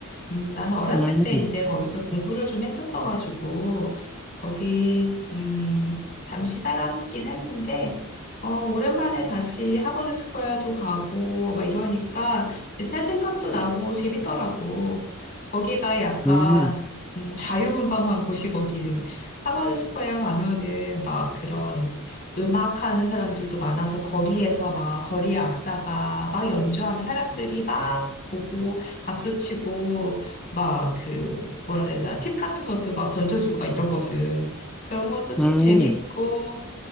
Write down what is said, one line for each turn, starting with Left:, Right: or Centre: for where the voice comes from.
Left: 음, 나는 어렸을
Centre: 음,
Left: 때 이제 거기서 공부를 좀 했었어가지고, 거기, 음, 잠시 살았긴 했는데, 어, 오랜만에 다시 하버드 스코어도 가고, 막 이러니까 옛날 생각도 나고 재밌더라고. 거기가 약간,
Centre: 음,
Left: 음, 자유분방한 곳이 거기는. 하버드 스코어 가면은 막 그런 음악하는 사람들도 많아서 거리에서 막, 거리의 악사가 막 연주하면 사람들이 막 보고, 박수치고 막 그 뭐라 그래야 되나 팁 같은 것도 막 던져주고 막 이러거든. 그런 것도 좀
Centre: 음.
Left: 재밌고